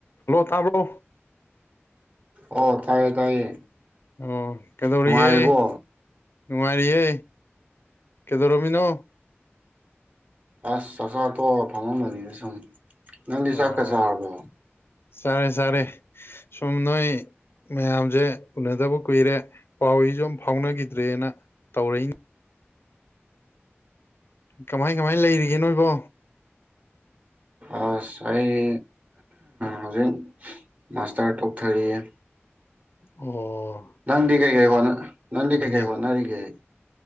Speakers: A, on the left; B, on the right.
A: Hello ꯇꯥꯕ꯭ꯔꯣ
B: ꯑꯣ ꯇꯥꯏꯌꯦ ꯇꯥꯏꯌꯦ
A: ꯑꯣ ꯀꯩꯗꯧꯔꯤꯒꯦ
B: ꯅꯨꯡꯉꯥꯏꯔꯤꯕꯣ
A: ꯅꯨꯡꯉꯥꯏꯔꯤꯌꯦ ꯀꯩꯗꯧꯔꯝꯃꯤꯅꯣ
B: ꯑꯁ ꯆꯥꯛꯆꯥ ꯇꯣꯛꯑꯒ ꯐꯝꯃꯝꯕꯅꯤꯅ ꯁꯨꯝ ꯅꯪꯗꯤ
A: ꯑꯣ
B: ꯆꯥꯛꯀ ꯆꯥꯔꯕꯣ
A: ꯆꯥꯔꯦ ꯆꯥꯔꯦ ꯁꯨꯝ ꯅꯣꯏ ꯃꯌꯥꯝꯖꯦ ꯎꯅꯗꯕ ꯀꯨꯏꯔꯦ ꯄꯥꯎ ꯏ ꯖꯨꯝ ꯐꯥꯎꯅꯈꯤꯗ꯭ꯔꯦꯅ ꯇꯧꯔꯛꯏꯅꯤ ꯀꯃꯥꯏ ꯀꯃꯥꯏ ꯂꯩꯔꯤꯒꯦ ꯅꯣꯏꯕꯣ
B: ꯑꯁ ꯑꯩ ꯍꯧꯖꯤꯛ ꯃꯥꯁꯇꯔ ꯇꯧꯊꯔꯤꯌꯦ
A: ꯑꯣ
B: ꯅꯪꯗꯤ ꯀꯩꯀꯩ ꯍꯣꯠꯅ ꯅꯪꯗꯤ ꯀꯩꯀꯩ
A: ꯅꯤꯅꯦ
B: ꯍꯣꯠꯅꯔꯤꯒꯦ